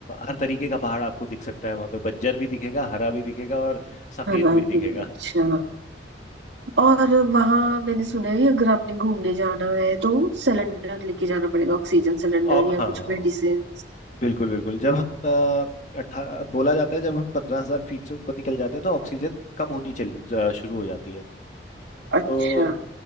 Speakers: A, on the left; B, on the right.
A: हर तरीके का पहाड़ आपको दिख सकता है वहाँ पे बंजर भी दिखेगा हरा भी दिखेगा और सफ़ेद
B: हराबी
A: भी दिखेगा
B: अच्छा और वहां मैंने सुना है अगर आपने घूमने जाना है तो सिलेंडर लेके जाना पड़ेगा ऑक्सीजन सिलेंडर
A: और
B: या
A: हाँ
B: कुछ मेडिसिन
A: बिल्कुल बिल्कुल जब हम अठारह बोला जाता है जब हम पंद्रह हजार फीट से ऊपर निकल जाते हैं तो ऑक्सीजन कम होनी चल जा- शुरू हो जाती है
B: अच्छा
A: तो